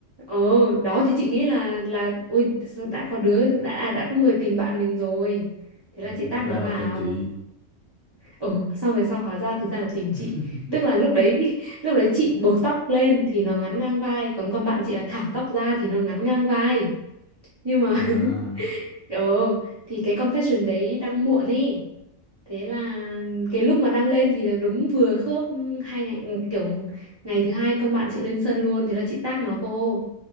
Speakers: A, on the right; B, on the left.
A: ồ đó thì chị nghĩ là là ôi sao đã có đứa đã à, đã có người tìm bạn mình rồi thế
B: mình
A: là chị tag
B: thực ra
A: nó vào
B: là tìm chị
A: Ừ, xong về sau hóa ra thực ra là tìm
B: <laughs>
A: chị Tức là lúc đấy <laughs> Lúc đấy chị buộc tóc lên thì nó ngắn ngang vai Còn con bạn chị là thả tóc ra thì nó ngắn ngang vai Nhưng mà
B: à
A: <laughs> ờ thì cái confession đấy đăng muộn ý Thế là cái lúc mà đăng lên thì là đúng vừa khớp hai ngày Kiểu ngày thứ hai con bạn chị lên sân luôn Thế là chị tag nó vô